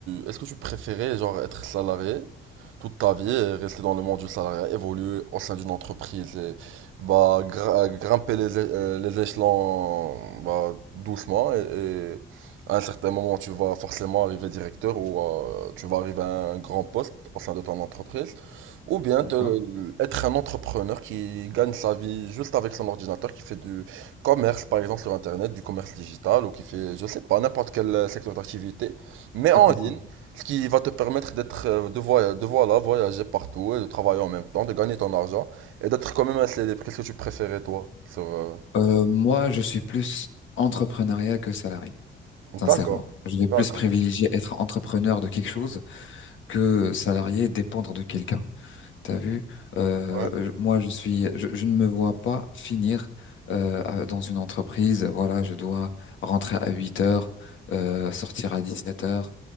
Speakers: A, on the right; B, on the left.
A: est-ce que tu préférais genre être salarié toute ta vie et rester dans le monde du salariat, évoluer au sein d'une entreprise et bah gra- grimper les, é- euh, les échelons bah, doucement et, et à un certain moment, tu vas forcément arriver directeur ou euh, tu vas arriver à un grand poste au sein de ton entreprise. Ou bien
B: D'accord?
A: te- être un entrepreneur qui gagne sa vie juste avec son ordinateur, qui fait du commerce, par exemple, sur Internet, du commerce digital, ou qui fait, je sais pas, n'importe quel euh, secteur d'activité, mais
B: Je
A: en
B: te comprends.
A: ligne, ce qui va te permettre d'être, euh, de voya- de voilà, voyager partout et de travailler en même temps, de gagner ton argent et d'être quand même un célèbre. Qu'est-ce que tu préférais, toi, sur, euh,
B: Euh, moi, je suis plus entrepreneuriat que salarié.
A: D'accord,
B: Sincèrement, je
A: d'accord,
B: vais plus privilégier être entrepreneur de quelque chose que salarié dépendre de quelqu'un. T'as vu, euh,
A: ouais.
B: je- moi je suis, je, je ne me vois pas finir euh, à- dans une entreprise. Voilà, je dois rentrer à 8 heures, euh, sortir à 17 heures.